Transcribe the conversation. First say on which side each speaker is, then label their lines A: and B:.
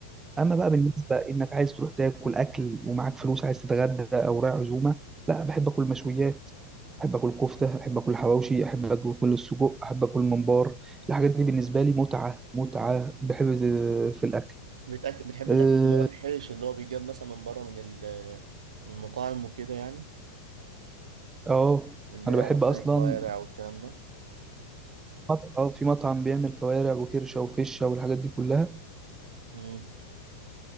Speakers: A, on the right; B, on the right.
A: اما بقى بالنسبه انك عايز تروح تاكل اكل ومعاك فلوس عايز تتغدى او رايح عزومه لا بحب اكل مشويات احب اكل كفته احب اكل حواوشي احب اكل السجق احب اكل ممبار الحاجات دي بالنسبه لي متعه متعه بحب في الاكل
B: بتأك... بتحب
A: آه،
B: الاكل اللي هو الحيش اللي هو بيجاب مثلا من بره من ال... من المطاعم وكده يعني
A: اه
B: اللي
A: انا
B: هي
A: بحب
B: مثلا
A: اصلا
B: الكوارع والكلام ده
A: مط- اه في مطعم بيعمل كوارع وكرشه وفشه والحاجات دي كلها
B: امم